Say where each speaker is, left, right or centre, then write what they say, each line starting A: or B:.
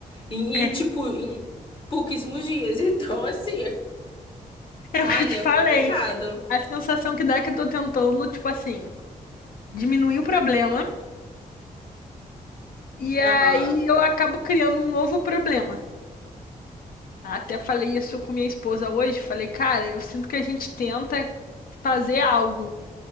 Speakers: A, on the left (about 35°); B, on the left (about 85°).
A: em,
B: é,
A: em, tipo, em pouquíssimos dias. <laughs> Então, assim,
B: é
A: olha,
B: o que eu te falei.
A: complicado.
B: A sensação que dá é que eu tô tentando, tipo assim, diminuir o problema e
A: Aham.
B: aí eu acabo criando um novo problema. Até falei isso com minha esposa hoje, falei, cara, eu sinto que a gente tenta fazer algo